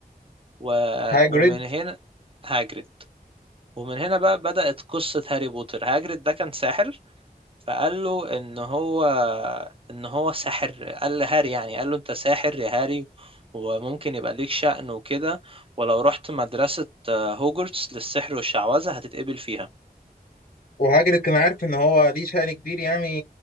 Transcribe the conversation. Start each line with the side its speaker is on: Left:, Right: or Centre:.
Right: و...
Left: هاجريد
Right: ومن هنا هاجريد ومن هنا بقى بدأت قصة هاري بوتر هاجريد ده كان ساحر فقال له ان هو ان هو ساحر قال لهاري يعني قال له انت ساحر يا هاري وممكن يبقى ليك شأن وكده ولو رحت مدرسة آه، هوجورتس للسحر والشعوذة هتتقبل فيها
Left: وهاجريد كان عارف إن هو ليه شأن كبير يعني